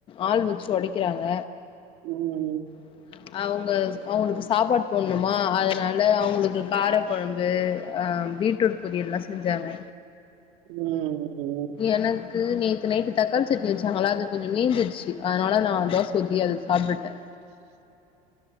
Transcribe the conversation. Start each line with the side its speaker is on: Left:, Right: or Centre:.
Left: ஆள் வச்சு தொடைக்கறாங்க
Right: ம்
Left: <inaudible> அவுங்க அவுங்களுக்கு சாப்பாட் போடுணுமா அதனால் அவுங்களுக்கு காரக்கொழம்பு அ பீட் ரூட் பொரியல்லா செஞ்சாங்க
Right: ம் ம்
Left: எனக்கு நேத்து நைட்டு தக்காளி சட்டி வெச்சாங்களா அது கொஞ்சோ மீந்துருச்சு அதனால நா தோச ஊத்தி அத சாப்டுட்ட